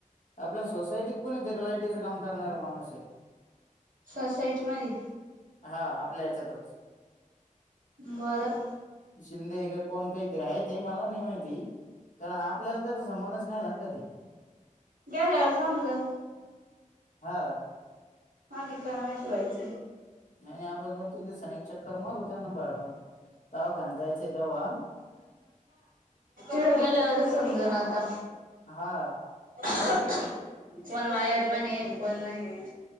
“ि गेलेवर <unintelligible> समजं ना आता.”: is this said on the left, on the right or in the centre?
Right